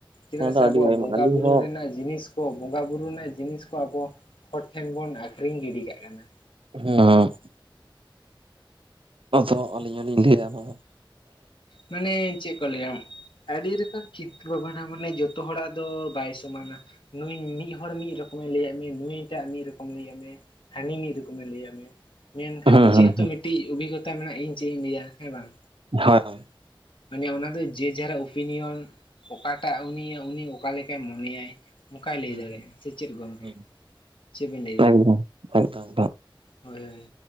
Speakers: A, on the left; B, on the right.
A: ᱪᱮᱫᱟᱜ
B: ᱚᱱᱟ
A: ᱥᱮ
B: ᱫᱚ ᱟᱹᱰᱤ
A: ᱟᱵᱚᱣᱟᱜ
B: ᱟᱭᱢᱟ
A: ᱵᱚᱸᱜᱟ
B: ᱟᱹᱞᱤᱧ
A: ᱵᱩᱨᱩ
B: ᱦᱚᱸ
A: ᱨᱮᱱᱟᱜ ᱡᱤᱱᱤᱥ ᱠᱚ ᱵᱚᱸᱜᱟ ᱵᱩᱨᱩ ᱨᱮᱱᱟᱜ ᱡᱤᱱᱤᱥ ᱠᱚ ᱟᱵᱚ ᱦᱚᱲ ᱴᱷᱮᱱ ᱵᱚᱱ ᱟᱠᱷᱨᱤᱧ ᱜᱤᱰᱤ ᱠᱟᱜ ᱠᱟᱱᱟ
B: <unintelligible> ᱟᱫᱚ ᱟᱹᱞᱤᱧ ᱦᱚᱸᱞᱤᱧ ᱞᱟᱹᱭᱟ ᱱᱚᱣᱟ
A: ᱢᱟᱱᱮ ᱪᱮᱫ ᱠᱚ ᱞᱟᱹᱭᱟ ᱟᱹᱰᱤ ᱨᱚᱠᱚᱢ ᱪᱤᱱᱛᱟᱹ ᱵᱷᱟᱵᱱᱟ ᱢᱟᱱᱮ ᱡᱚᱛᱚ ᱦᱚᱲᱟᱜ ᱫᱚ ᱵᱟᱭ ᱥᱚᱢᱟᱱᱟ ᱱᱩᱭ ᱢᱤᱫ ᱦᱚᱲ ᱢᱤᱫ ᱨᱚᱠᱚ ᱠᱚᱢᱮ ᱞᱟᱹᱭᱟᱫ ᱢᱮᱭᱟ ᱱᱩᱭ ᱴᱟᱜ ᱢᱤᱫ ᱨᱚᱠᱚᱢᱮ ᱞᱟᱹᱭᱟᱜ ᱢᱮᱭᱟ ᱦᱟᱹᱱᱤ ᱢᱤᱫ ᱨᱚᱠᱚᱢᱮ ᱞᱟᱹᱭ ᱟᱫ ᱢᱮᱭᱟ ᱢᱮᱱᱠᱷᱟᱱ
B: ᱦᱩᱸ
A: ᱱᱤᱡᱮ
B: ᱦᱩᱸ
A: ᱦᱚᱸᱛᱚ ᱢᱤᱴᱤᱡ ᱚᱵᱷᱤᱜᱚᱛᱟ ᱢᱮᱱᱟᱜᱼᱟ ᱤᱧ ᱪᱮ ᱤᱧ ᱞᱟᱹᱭᱟ ᱦᱮᱸ ᱵᱟᱝ
B: <unintelligible>
A: ᱢᱟᱱᱮ ᱚᱱᱟ ᱫᱚ ᱡᱮ ᱡᱟᱨᱟᱜ ᱳᱯᱤᱱᱤᱭᱚᱱ ᱚᱠᱟᱴᱟᱜ ᱩᱱᱤ ᱩᱱᱤ ᱚᱠᱟ ᱞᱮᱠᱟᱭ ᱢᱚᱱᱮᱭᱟᱭ ᱚᱝᱠᱟᱭ ᱞᱟᱹᱭ
B: ᱦᱩᱸ
A: ᱫᱟᱲᱮᱭᱟᱜᱼᱟ ᱥᱮ ᱪᱮᱫ ᱜᱚᱝᱠᱮ
B: ᱦᱩᱸ
A: ᱪᱮᱫ ᱵᱮᱤᱱ ᱞᱟᱹᱭᱫᱟ
B: ᱮᱠᱫᱚᱢ ᱮᱠᱫᱚᱢ
A: ᱦᱳᱭ ᱦᱳᱭ